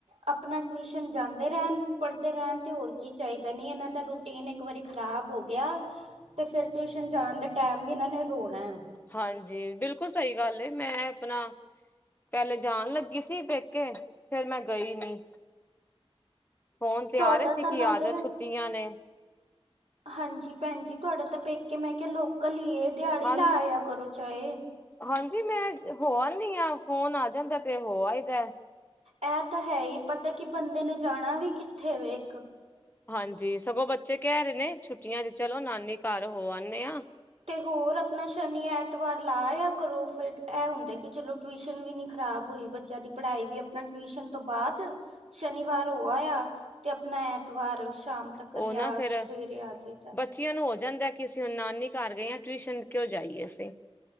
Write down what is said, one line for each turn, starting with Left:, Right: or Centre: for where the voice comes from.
Right: ਆਪਣਾ ਟਿਊਸ਼ਨ ਜਾਂਦੇ ਰੈਣ, ਪੜ੍ਹਦੇ ਰੈਣ ਤੇ ਹੋਰ ਕੀ ਚਾਈਦਾ, ਨਈ ਏਨਾਂ ਦਾ ਰੋ ਰੁਟੀਨ ਇੱਕ ਵਾਰੀ ਖ਼ਰਾਬ ਹੋ ਗੇਆ, ਤੇ ਫਿਰ ਟਿਊਸ਼ਨ ਜਾਣ ਦੇ ਟਾਈਮ ਵੀ ਏਹਨਾਂ ਨੇ ਰੋਣਾ ਆ।
Left: ਹਾਂਜੀ, ਬਿਲਕੁਲ ਸੵਈ ਗੱਲ ਏ ਮੈਂ ਆਪਣਾ ਪੇਲੇ ਮੈ ਜਾਣ ਲੱਗੀ ਸੀ ਪੇਕੇ, ਫੇਰ ਮੈਂ ਗਈ ਨੀ। ਫੋਨ ਤੇ
Right: ਤੁਹਾਡਾ
Left: ਆ ਰਹੇ ਸੀ
Right: ਤਾਂ
Left: ਕੀ,
Right: ਨਾਲੇ
Left: ਆ, ਜਾ ਛੁੱਟੀਆਂ ਨੇ।
Right: ਹਾਂਜੀ ਭੈਣ ਜੀ ਤੁਹਾਡਾ ਤਾਂ ਪੇਕੇ ਮੈਂ ਕਿਹਾ ਲੋਕਲ ਹੀ ਇਹ ਦਿਹਾੜੀ
Left: ਹਾਂਜੀ
Right: ਲਾ ਆਇਆ ਕਰੋ ਚਾਹੇ
Left: ਹਾਂਜੀ ਮੈਂ ਹੋ ਆਦੀ ਹਾਂ ਫੋਨ ਆ ਜਾਂਦਾ ਹੈ ਤੇ ਹੋ ਆਦੀ ਹਾ
Right: ਇਹ ਤਾਂ ਹੈ ਹੀ ਪਤਾ ਕਿ ਬੰਦੇ ਨੇ ਜਾਣਾ ਵੀ ਕਿੱਥੇ ਵ ਇੱਕ
Left: ਹਾਂਜੀ ਸਗੋਂ ਬੱਚੇ ਕਹਿ ਰਹੇ ਨੇ ਛੁੱਟੀਆਂ, ਚਲੋ ਨਾਨੀ ਘਰ ਹੋ ਆਂਦੇ ਹਾਂ
Right: ਤੇ ਹੋਰ ਆਪਣਾ ਸ਼ਨੀ ਐਤਵਾਰ ਲਾ ਆਇਆ ਕਰੋ, ਫਿਰ ਇਹ ਹੁੰਦੇ। ਕਿ ਚਲੋ ਟਿਊਸ਼ਨ ਵੀ ਨੀ ਖ਼ਰਾਬ ਹੋਈ, ਬੱਚਿਆਂ ਦੀ ਪੜ੍ਹਾਈ ਵੀ ਆਪਣਾ ਟਿਊਸ਼ਨ ਤੋਂ ਬਾਅਦ ਸ਼ਨੀਵਾਰ ਹੋ ਆਇਆ ਤੇ ਆਪਣਾ ਐਤਵਾਰ ਸ਼ਾਮ ਤੱਕ
Left: ਉਹ
Right: ਜਾਂ
Left: ਨਾ ਫੇਰ
Right: ਸਵੇਰੇ
Left: ਬੱਚਿਆਂ
Right: ਆ ਜਾਈਦਾ
Left: ਬੱਚਿਆਂ ਨੂੰ ਹੋ ਜਾਂਦਾ, ਕਿ ਅਸੀਂ ਨਾਨੀ ਘਰ ਗਏ ਹਾਂ ਟਿਊਸ਼ਨ ਕਿਉਂ ਜਾਈਏ ਅਸੀਂ